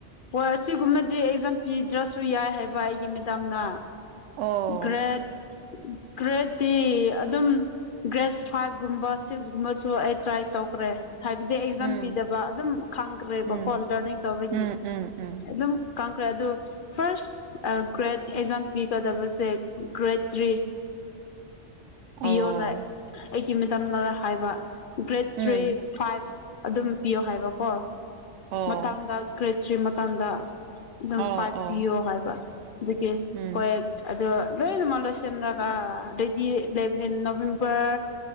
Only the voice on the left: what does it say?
ꯍꯣꯏ ꯑꯁꯤꯒꯨꯝꯕꯗꯤ ꯑꯦꯛꯖꯥꯝ ꯄꯤꯗ꯭ꯔꯁꯨ ꯌꯥꯏ ꯍꯥꯏꯕ ꯑꯩꯒꯤ ꯃꯦꯗꯥꯝꯅ
ꯒ꯭ꯔꯦꯠ ꯒ꯭ꯔꯦꯠꯇꯤ ꯑꯗꯨꯝ ꯒ꯭ꯔꯦꯗ ꯐꯥꯏꯚ ꯨꯝꯕ ꯁꯤꯛꯁꯒꯨꯝꯕꯁꯨ ꯑꯩ ꯇ꯭ꯔꯥꯏ ꯇꯧꯈ꯭ꯔꯦ ꯍꯥꯏꯕꯗꯤ ꯑꯦꯛꯖꯥꯝ
ꯄꯤꯗꯕ ꯑꯗꯨꯝ ꯈꯪꯈ꯭ꯔꯦꯕꯀꯣ
ꯂꯔꯅꯤꯡ ꯇꯧꯕꯒꯤ
ꯑꯗꯨꯝ ꯀꯪꯈ꯭ꯔꯦ ꯑꯗꯨ ꯐꯥꯔꯁ ꯒ꯭ꯔꯦꯠ ꯑꯦꯛꯖꯥꯝ ꯄꯤꯒꯗꯕꯁꯦ ꯒ꯭ꯔꯦꯠ ꯊ꯭ꯔꯤ ꯄꯤꯌꯣꯅ
ꯑꯩꯒꯤ ꯃꯇꯝꯅ ꯍꯥꯏꯕ ꯒ꯭ꯔꯦꯠ
ꯊ꯭ꯔꯤ ꯐꯥꯏꯚ ꯑꯗꯨꯝ ꯄꯤꯌꯣ ꯍꯥꯏꯕꯀꯣ
ꯃꯇꯥꯡꯗ ꯀ꯭ꯔꯦꯠꯁ꯭ꯔꯤ ꯃꯇꯥꯡꯗ ꯑꯗꯨꯝ
ꯄꯥꯏꯚ
ꯄꯤꯌꯣ ꯍꯥꯏꯕ ꯑꯗꯒꯤ
ꯍꯣꯏ ꯑꯗꯣ ꯂꯣꯏꯑꯗꯨꯃꯛ ꯂꯣꯏꯁꯤꯟꯔꯒ ꯑꯗꯥꯏꯗꯤ ꯂꯩꯕꯅꯤ ꯅꯣꯕꯦꯝꯕꯔ ꯁ